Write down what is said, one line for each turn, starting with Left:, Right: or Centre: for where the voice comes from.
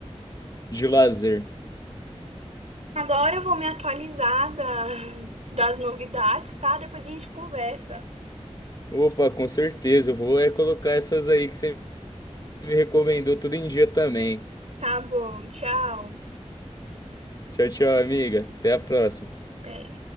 Left: de lazer.
Right: Agora eu vou me atualizar das, das novidades, tá? Depois a gente conversa.
Left: Opa, com certeza, eu vou é colocar essas aí que você me recomendou tudo em dia também.
Right: Tá bom, tchau.
Left: Tchau, tchau, amiga. Até a próxima.
Right: Até.